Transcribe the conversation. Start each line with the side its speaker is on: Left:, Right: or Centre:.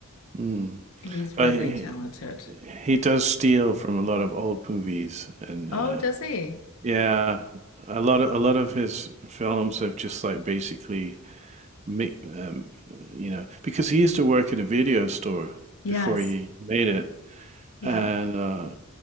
Right: Mm.
Left: He's
Right: But
Left: really
Right: eh,
Left: talented.
Right: he does steal from a lot of old movies and
Left: Oh,
Right: uh
Left: does he?
Right: yeah a lot of a lot of his films have just like basically mi- um you know because he used to work at a video store
Left: Yes.
Right: before he made it
Left: Yeah.
Right: and uh